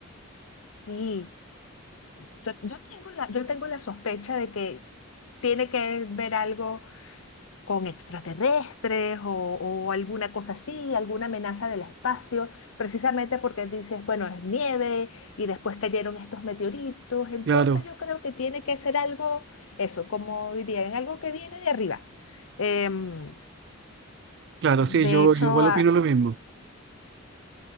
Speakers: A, on the left; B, on the right.
A: Sí, yo, yo tengo la, yo tengo la sospecha de que tiene que ver algo con extraterrestres o, o alguna cosa así, alguna amenaza del espacio, precisamente porque dices, bueno, es nieve y después cayeron estos meteoritos, entonces
B: Claro,
A: yo creo que tiene que ser algo, eso, como dirían, algo que viene de arriba. Em,
B: claro,
A: de
B: sí, yo,
A: hecho,
B: yo igual
A: a-
B: opino lo mismo.